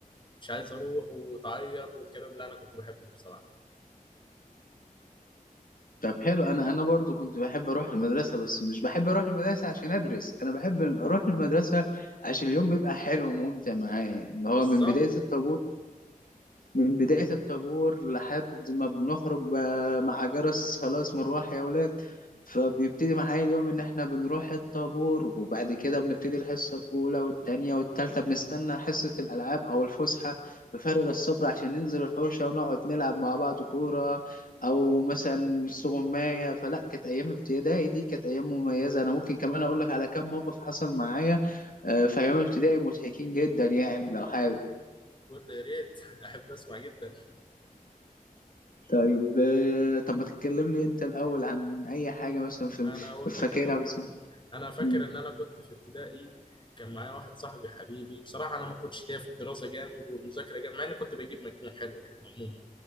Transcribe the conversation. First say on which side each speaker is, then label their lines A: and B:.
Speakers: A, on the left; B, on the left.
A: مش عايز اروح وتعيط والكلام ده انا كنت بحبه بصراحه
B: طب حلو انا انا برضو كنت بحب اروح المدرسه بس مش بحب اروح المدرسه عشان ادرس انا بحب اروح المدرسه عشان اليوم بيبقى حلو وممتع معايا اللي هو
A: بالظبط
B: من بدايه الطابور من بداية الطابور لحد ما بنخرج ب- مع جرس خلاص مروح يا ولاد فبيبتدي معايا اليوم إن إحنا بنروح الطابور وبعد كده بنبتدي الحصة الأولى والتانية والتالتة بنستنى حصة الألعاب أو الفسحة بفارغ الصبر عشان ننزل الحوشة ونقعد نلعب مع بعض كورة أو مثلا استغماية فلا كانت أيام ابتدائي دي كانت أيام مميزة أنا ممكن كمان أقول لك على كم موقف حصل معايا آه، في أيام ابتدائي مضحكين جدا يعني لو حابب
A: بقول يا ريت <laughs> احب اسمع جدا
B: طيب آه، طب ما تكلمني انت الاول عن اي حاجه مثلا في ال-
A: انا اقول
B: فاكرها
A: لك يا معلم
B: مثلا
A: انا فاكر
B: مم.
A: ان انا كنت في ابتدائي كان معايا واحد صاحبي حبيبي بصراحه انا ما كنتش ليا في الدراسه جامد والمذاكره جامد مع اني كنت بجيب مجموع حلو يعني عموما